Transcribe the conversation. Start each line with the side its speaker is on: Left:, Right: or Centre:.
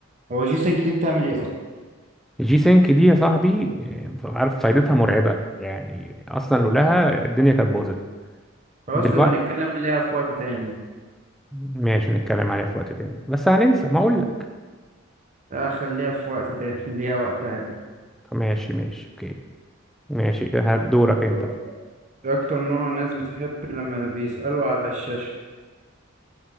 Right: هو جي سينك دي بتعمل إيه أصلا
Centre: الجي سينك دي يا صاحبي آه، عارف فايدتها مرعبة يعني اصلا لولاها الدنيا كانت باظت
Right: خلاص
Centre: دلوقتي
Right: تبقى نتكلم عليها في وقت تاني
Centre: ماشي نتكلم عليها في وقت تاني بس هننسى ما اقول لك
Right: لا خليها في وقت تاني <laughs> ليها وقتها دي
Centre: ماشي ماشي اوكي ماشي هدورك انت
Right: دوري
Centre: بقى
Right: ايه اكتر نوع الناس بتحب لما بيسألوا على الشاشة